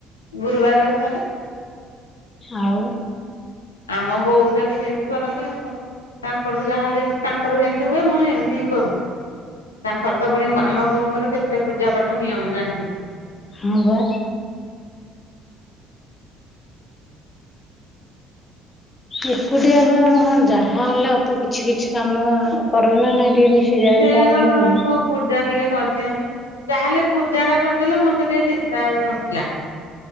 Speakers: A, on the left; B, on the left.
A: ଗୁରୁବାର ସାର୍
B: ଆଉ
A: ଆମ ବୋଉ ଟ ଟ ଯେମତି କରନ୍ତି ଆ ତାଙ୍କଠୁ ଯାହା ଯେମତି ତାଙ୍କର ଯେମିତି ହୁଏ ମୁଁ ସେମିତି ହିଁ କରୁଛି ତାଙ୍କର ତ ପୁଣି ଆମ ବୋଉଙ୍କର କେତେ ପୂଜା ପାଠ ନିୟମ ଜାଣିଥି
B: ହଁ ବା। ଏକୁଟିଆପା ମୁଁ କଁ ଯାହାହେଲେ ଅପା କିଛି କିଛି କାମ କର ନା ନାଇ ଟିକେ। ମିଶିଯାଏ
A: ସେଇଆପା
B: ତାପରେ
A: <unintelligible>
B: ହୁଁ
A: ପୋ ପୂଜା ଟିକେ କରିଦିଅନ୍ତି ଯାହାହେଲେ ପୂଜାଟା କରିଦେଲେ ମତେ ଟିକେ ଚିନ୍ତା ନଥିଲା।